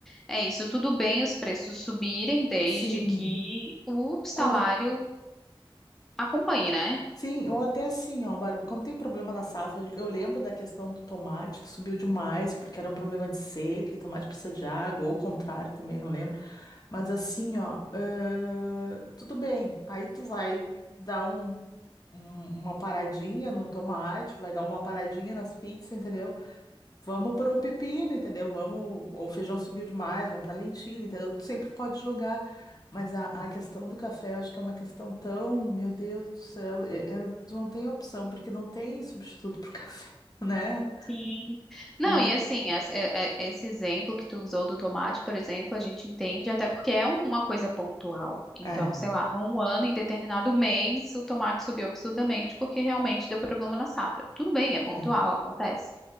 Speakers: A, in the centre; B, on the left.
A: é isso, tudo bem os preços subirem desde
B: Sim.
A: que o salário
B: Quando.
A: acompanhe, né?
B: Sim, ou até assim, ó, Bárbara, quando tem problema na safra, eu lembro da questão do tomate que subiu demais, porque era um problema de seca e tomate precisa de água, ou o contrário também, não lembro. Mas assim, ó, ãh, tudo bem. Aí tu vai dar um, um- uma paradinha no tomate, vai dar uma paradinha nas pizzas, entendeu? Vamos pro pepino, entendeu? Vamos, ou o feijão subiu demais, vamos pra lentilha, entendeu? Tu sempre pode jogar. Mas a, a questão do café, eu acho que é uma questão tão, meu Deus do céu, é- é- tu não tem opção, porque não tem substituto pro café, <laughs> né?
A: Sim. Não,
B: É,
A: e assim, as- é- é- esse exemplo que tu usou do tomate, por exemplo, a gente entende até porque é uma coisa pontual. Então,
B: é,
A: sei lá, num ano, em determinado mês, o tomate subiu absurdamente porque realmente deu problema na safra. Tudo bem, é pontual,
B: é,
A: acontece.